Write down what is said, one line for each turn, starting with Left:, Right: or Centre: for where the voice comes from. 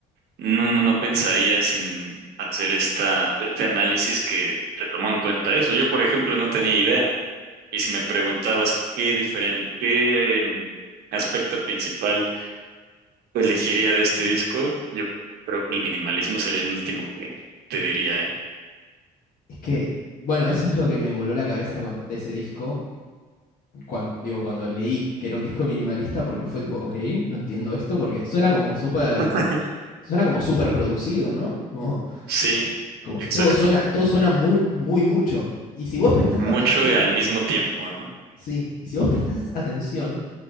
Right: No, no, no pensaría sin hacer esta, este análisis que se tomó en cuenta eso. Yo, por ejemplo, no tenía idea. Y si me preguntabas qué diferen- qué em, aspecto principal elegiría de este disco, yo creo que el minimalismo sería el último que te diría, ¿eh?
Left: Es que, bueno, eso es lo que me voló la cabeza cuan- de ese disco, cuando, digo, cuando leí que era un disco minimalista, porque fue tipo, ok, no entiendo esto, porque suena como súper,
Right: <laughs>
Left: suena como súper producido, ¿no? Como,
Right: Sí,
Left: como
Right: exacto.
Left: todo suena, todo suena muy, muy mucho. Y si vos prestás
Right: Mucho
Left: atención,
Right: y al mismo tiempo, ¿no?
Left: sí, y si vos prestás atención,